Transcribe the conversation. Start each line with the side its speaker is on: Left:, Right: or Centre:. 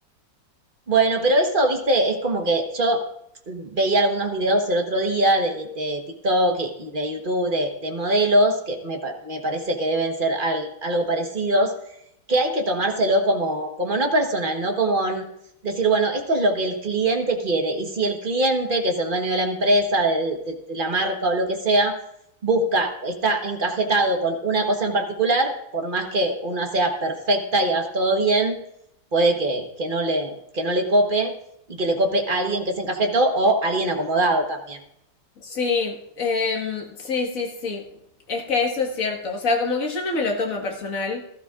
Right: Bueno, pero eso, viste, es como que yo veía algunos videos el otro día de, de TikTok y y de YouTube de, de modelos, que me, pa- me parece que deben ser al- algo parecidos, que hay que tomárselo como, como no personal, ¿no? Como n- decir, bueno, esto es lo que el cliente quiere. Y si el cliente, que es el dueño de la empresa, de, de- de la marca o lo que sea, busca, está encajetado con una cosa en particular, por más que una sea perfecta y hagas todo bien, puede que, que no le, que no le cope y que le cope a alguien que se encajetó o a alguien acomodado también.
Left: Sí, em, sí, sí, sí. Es que eso es cierto. O sea, como que yo no me lo tomo personal,